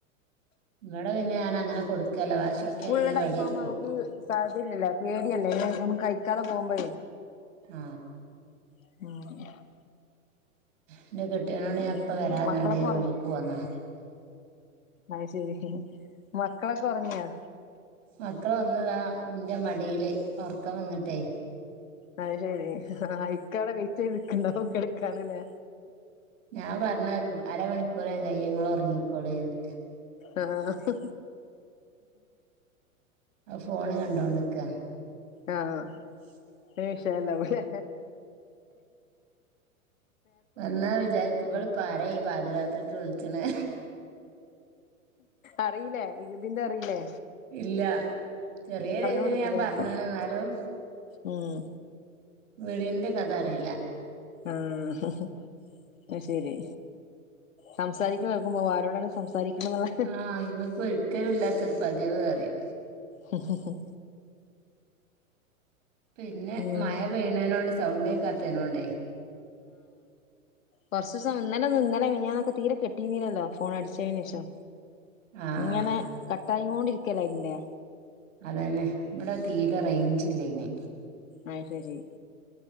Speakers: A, on the right; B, on the left.
A: ഇവിടെ പിന്നെ ഞാൻ അങ്ങനെ കൊടുക്കേല വാശി പിടിക്കുകയാണെങ്കിൽ
B: <unintelligible> സ്കൂളിന്റെ ടൈം
A: വടിയെടുക്കും
B: ആകുമ്പോഴെ നമുക്ക് ടൈം ഇല്ലല്ലോ പേടിയാവില്ലേ ഇതൊന്നും കഴിക്കാതെ പോകുമ്പോ
A: ആ
B: <inaudible>
A: എന്റെ കെട്ടിയനോട് ഞായിപ്പവരാനാണ്ട്
B: പിന്നെ മക്കളൊക്കെ
A: പറഞ്ഞ ഈ റൂമിക്ക് പോന്നെ
B: ആ ശരി മക്കളൊക്കെ ഒർങ്ങിയാ?
A: മക്കളൊന്ന്താ ന്റെ മടില് ഒർക്കം വന്ന്ട്ടേ.
B: അഅ് ശരി അയ്ക്കാണ് വെയ്റ്റെയ്ത് ക്ക്ണ്ടാവും കളിക്കാന് ലേ.
A: ഞാ പർഞ്ഞാരു അരമണിക്കൂറ ങ്ങായെ ങ്ങളൊർങ്ങിക്കോളീന്ന്.
B: അ ആഹ്.
A: അ ഫോണ് കണ്ടോണ്ട്ക്ക.
B: ആഹ്.
A: <inaudible>
B: വിഷയല്ലവടെ
A: വന്നാ വിചാരിക്കും വള്പ്പാരാ ഈ പാതിരാത്രിക്ക് വിൾച്ചണ്.
B: അറീല്ലേ ഇക് തിൻ്ററീല്ലേ.
A: ഇല്ല ചെറിയ രീതിൽ
B: കൊടുത്തതല്ലേ
A: ഞാ പർഞ്ണ് ന്നാലും.
B: ഉം
A: വിളിയിന്റെ കഥ അറിയില്ല
B: ആഹ് അ ശരി. സംസാരിക്കണ കേൾക്കുമ്പോ ആരോടാണ് സംസാരിക്ണന്നുള്ള.
A: ആ ഇവക്ക് ഒരിക്കലും ഇല്ലാത്തൊരു പതിവ് അറിം.
B: ഹ ഹ ഹ.
A: പിന്നെ
B: ഉം
A: മയ പെയ്യണേനോണ്ട് സൗണ്ടേക്കാത്തേനോണ്ടേ.
B: കൊർച്ച് സമ ഇന്നലെന്നു ഇന്നലെ മിനിയാന്നൊക്കെ തീരെ കേട്ടീ ന്നീല്ലല്ലോ ഫോൺ അടിച്ചതിനേഷം.
A: ആഹ്
B: ഇങ്ങനെ കട്ടായി ക്കോണ്ടിരിക്കല്ലേ ഇതിന്റെ.
A: അത് തന്നെ ഇവിടെ തീരെ റേഞ്ച് ഇല്ല ഇതിന്
B: അയ് ശരി